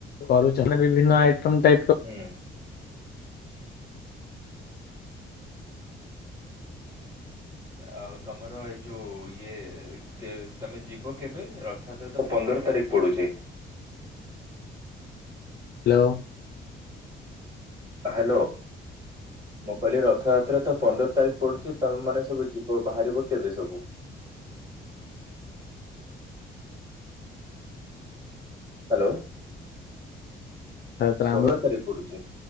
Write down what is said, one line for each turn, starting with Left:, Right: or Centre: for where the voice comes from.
Left: କରୁଛନି ବିଭିନ୍ନ ଆଇଟମ୍ ଟାଇପିର।
Right: ହୁଁ। ଆଉ ତମର ଏଇ ଯେଉଁ ଇଏ ଟିକେ ତମେ ଯିବ କେବେ ରଥଯାତ୍ରା ତ ପନ୍ଦର ତାରିଖ ପଡୁଛି?
Left: ହ୍ୟାଲୋ।
Right: ହ୍ୟାଲୋ। ମୁଁ କହିଲି ରଥଯାତ୍ରା ତ ପନ୍ଦର ତାରିଖ ପଡୁଛି। ତମେ ମାନେ ସବୁ ଯିବ ବାହାରିବ କେବେ ସବୁ? ହ୍ୟାଲୋ।
Left: ତାପରେ
Right: ଷୋହଳ
Left: ଆମେ
Right: ତାରିଖ ପଡୁଛି।